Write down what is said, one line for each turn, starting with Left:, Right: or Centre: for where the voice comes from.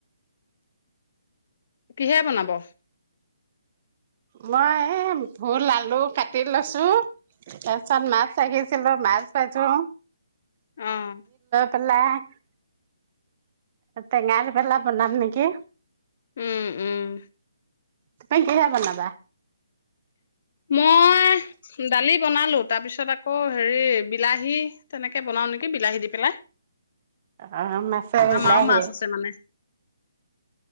Left: কিহেৰে বনাব?
Right: মই এ ভুল আলু কাটি লৈছো। তাৰ পিছত মাছ ৰাখিছিলোঁ। মাছ ভাজো।
Left: উম
Right: <unintelligible> <unintelligible> টেঙা লগত বনাম নেকি!
Left: উম উম
Right: এতিয়া কিহে বনাবা?
Left: মই দালি বনালো তাৰপিছত আকৌ হেৰি বিলাহী তেনেকে বনাও নেকি বিলাহী দি পেলাই।
Right: অ মাচেৰে
Left: আমাৰো
Right: বিলাহী
Left: মাছ
Right: অ
Left: আছে মানে